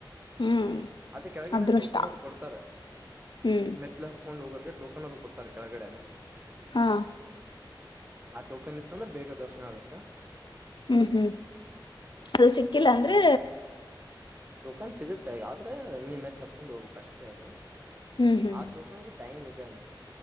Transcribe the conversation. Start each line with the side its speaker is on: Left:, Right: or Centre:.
Left: ಹ್ಮ್
Right: ಅದ ಕೆಳಗಡೆ
Left: ಅದೃಷ್ಟ
Right: ಟೋಕನ್ ಅದು ಕೊಡ್ತಾರೆ
Left: ಹ್ಮ್
Right: ಮೆಟ್ಲು ಹೋಗರಿಗೆ ಟೋಕನ್ ಅದು ಕೊಡ್ತಾರೆ ಕೆಳಗಡೆನೆ
Left: ಹಾ
Right: ಆ ಟೋಕನ್ ಇತ್ತಂದ್ರೆ ಬೇಗ ದರ್ಶನ ಆಗತ್ತೆ
Left: ಹ್ಮ್ ಹ್ಮ್ ಅದು ಸಿಕ್ಕಿಲ್ಲ ಅಂದ್ರೆ
Right: ಟೋಕನ್ ಸಿಗುತ್ತೆ ಆದ್ರೆ ನೀ ಮೆಟ್ಲು ಅತ್ಕೊಂಡು ಹೋಗಬೇಕು ಅಷ್ಟೇ ಅದು
Left: ಹ್ಮ್ ಹ್ಮ್
Right: ಆ ಟೋಕನ್ ಗು ಟೈಮ್ ಇದೆ ಅಂತ